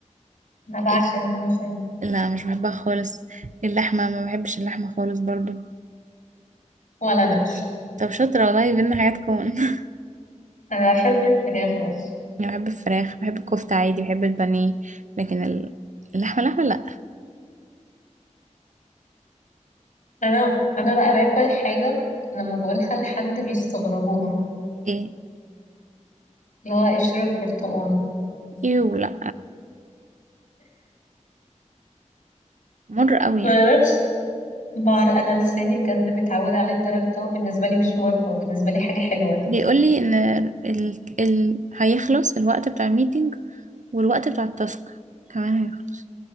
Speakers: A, on the left; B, on the right.
A: انا
B: إيه،
A: بعشق الملوخية
B: لا مش بحبها خالص اللحمة ما بحبش اللحمة خالص برضو
A: ولا انا
B: طب شاطرة والله بينا حاجات كون <laughs>
A: انا بحب الفراخ بس
B: أنا بحب الفراخ بحب الكفتة عادي بحب البانيه لكن ال- اللحمة اللحمة لا
A: انا انا بقى باكل حاجة لما بقولها لحد بيستغربوها
B: ايه
A: اللي هو اشرب برتقال
B: يو لا مر قوي يعني
A: ما اعرفش بار انا لساني بجد متعود عليه لدرجة ان هو بالنسبة لي مش مر هو بالنسبة لي حاجة حلوة
B: بيقول لي ان ال... ال... هيخلص الوقت بتاع الميتنج والوقت بتاع التاسك كمان هيخلص